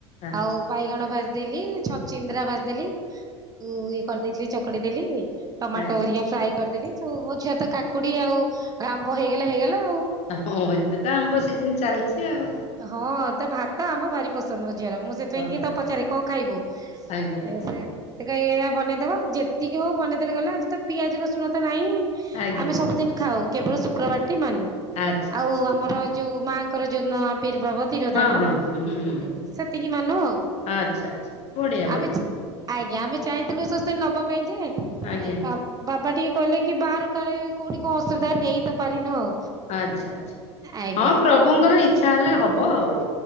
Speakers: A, on the left; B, on the right.
A: ଆଚ୍ଛା
B: ଆଉ ବାଇଗଣ ବାଜିଦେଲି ଛଚିନ୍ଦ୍ରା ବାଜିଦେଲି। ଆଉ ଇଏ କରିଦେଇଥିଲି ଚକଡି ଦେଲି। ଟମାଟୋ
A: ଆଜ୍ଞା
B: ଓରିକା ଫ୍ରାଏ କରିଦେଲି। ତ ମୋ ଝିଅ ତ କାକୁଡି ଆଉ ଆମ୍ବ ହେଇଗଲା ହେଇଗଲା ଆଉ।
A: ହଁ ଏବେ ତ ଆମ୍ବ ସିଜନ ଚାଲିଛି ଆଉ।
B: ହଁ ତା ଭାତ ଆମ୍ବ ଭାରି ପସ ସନ ମୋ ଝିଅର ମୁଁ ସେଥିପାଇଁ
A: ଓହୋ
B: ତ ପଚାରେ କଣ ଖାଇବୁ?
A: ଆଜ୍ଞା ଆଜ୍ଞା
B: ଏସେ ସେ କା ଏୟ ବନେଇଦବ। ଯେତିକି ହଉ ବନେଇଦେଲେ ଗଲେ ଆଜି ତ ପିଆଜ ରସୁଣ ତ ନାହିଁ।
A: ଆଜ୍ଞା ଆଜ୍ଞା
B: ଆମେ ସବୁଦିନ ଖାଉ କେବଳ ଶୁକ୍ରବାରଟି ମାନୁ।
A: ଆଚ୍ଛା
B: ଆଉ
A: ଆଚ୍ଛା
B: ଆମର ଯୋଉ ମାଆଙ୍କର ଯୋଉ ନ ଆବିର୍ଭାବ ତିରୋଧାନ
A: ହଁ ହଁ ହୁଁ ହୁଁ ହୁଁ
B: ଉଁ ସେତିକି ମାନୁ ଆଉ
A: ଆଚ୍ଛା ଆଚ୍ଛା ବଢ଼ିଆ ବଢ଼ିଆ
B: ଆମେ ଆଜ୍ଞା। ଆମେ ଚାହିଁଥିଲୁ ସ୍ୱାସ୍ଥ୍ୟୟୀନି ନବା ପାଇଁ ଯେ।
A: ଆଜ୍ଞା
B: ଏ ବା ବାବା ଟିକେ କହିଲେ କି ବାହାର କାଳେ କୋଉଠି କଣ ଅସୁବିଧା ନେଇ ତ ପାରିନୁ ଆଉ।
A: ଆଚ୍ଛା ଆଚ୍ଛା
B: ଆଜ୍ଞା
A: ହଁ ପ୍ରଭୁଙ୍କର ଇଚ୍ଛା ହେଲେ ହବ ଆଉ।